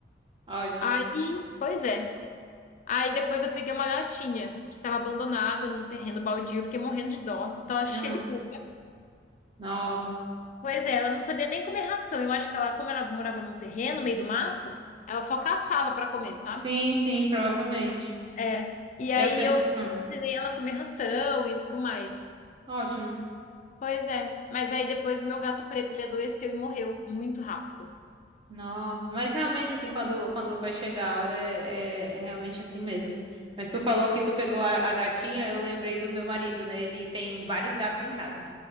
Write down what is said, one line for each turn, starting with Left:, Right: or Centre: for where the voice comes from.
Right: Ótimo.
Left: Aí, pois é. Aí depois eu peguei uma gatinha que tava abandonada num terreno baldio, eu fiquei morrendo de dó. Tava cheia
Right: Ah,
Left: de pulga.
Right: nossa.
Left: Pois é, ela não sabia nem comer ração. Eu acho que ela, como ela morava num terreno, no meio do mato, ela só caçava pra comer, sabe?
Right: Sim, sim, provavelmente.
Left: É. E
Right: Eu
Left: aí
Right: tenho.
Left: eu
Right: Ah,
Left: ensinei ela a comer ração e tudo mais.
Right: ótimo.
Left: Pois é. Mas aí depois o meu gato preto, ele adoeceu e morreu muito rápido.
Right: Nossa. Mas realmente, assim, quando, quando vai chegar a hora, é, é realmente assim mesmo. Mas tu falou que tu pegou a, a gatinha, eu lembrei do meu marido, né? Ele tem vários gatos em casa.